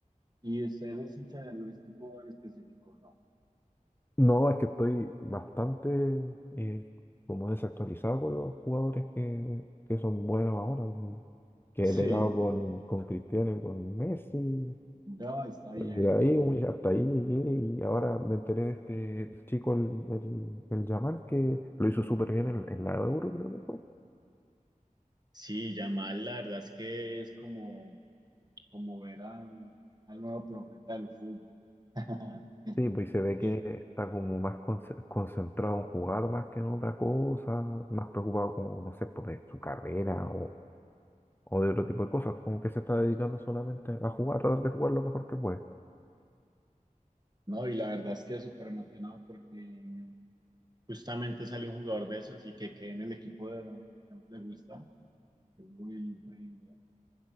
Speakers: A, on the right (about 30°); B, on the left (about 15°).
A: ¿Y usted es hincha de algún equipo en específico, no?
B: No, es que estoy bastante eh, como desactualizado con los jugadores que, que son buenos ahora. ¿no? Que he
A: Sí,
B: pegado con, con Cristiano y con Messi,
A: no, está bien.
B: con Ibrahimovic, hasta ahí llegué y ahora me enteré de este chico, el, el, el Yamal, que lo hizo súper bien en, en la Euro, creo que fue.
A: Sí, Yamal, la verdad es que es como, Como ver al, al nuevo profeta del fútbol. <laughs>
B: Sí, pues y se ve que
A: y,
B: está como más conce- concentrado en jugar más que en otra cosa, más preocupado como, no sé, por de su carrera o de otro tipo de cosas, como que se está dedicando solamente a jugar, a tratar de jugar lo mejor que puede.
A: no, y la verdad es que es súper emocionado porque justamente sale un jugador de esos y que quede en el equipo de que más le gusta. Es muy increíble.